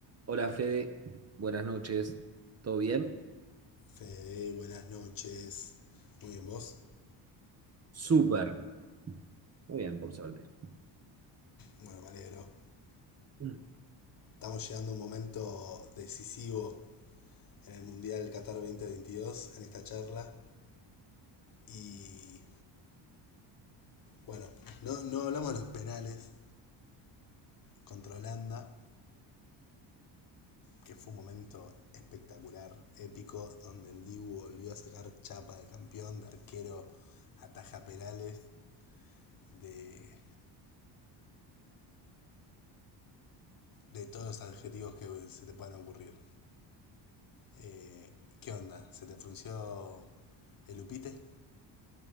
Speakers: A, on the right; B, on the left.
A: Hola Fede, buenas noches, ¿todo bien?
B: Fede, buenas noches. Muy bien, ¿vos?
A: Súper, muy bien, por suerte.
B: Bueno, me alegro.
A: Mm.
B: Estamos llegando a un momento decisivo en el Mundial Qatar 2022, en esta charla. Y bueno, no, no hablamos de los penales contra Holanda, que fue un momento espectacular, épico, donde el Dibu volvió a sacar chapa de campeón, de arquero, ataja penales, de, de todos los adjetivos que se te puedan ocurrir. Eh, ¿Qué onda? ¿Se te frunció el upite?